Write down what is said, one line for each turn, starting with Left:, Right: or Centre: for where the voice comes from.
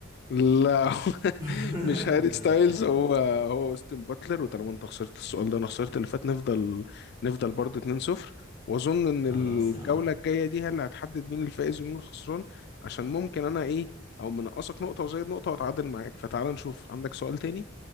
Left: لا
Right: <laughs>
Left: <laughs> مش هاري ستايلز
Right: ماشي يا عم
Left: هو هو اوستن باتلر وطالما انت خسرت السؤال ده وانا خسرت اللي فات نفضل نفضل برضه 2-0 واظن ان
Right: خلاص
Left: الجوله
Right: يا عم
Left: الجايه دي هي اللي هتحدد مين الفائز ومين الخسران عشان ممكن انا ايه او منقصك نقطه وزيد نقطه واتعادل معاك فتعال نشوف عندك سؤال تاني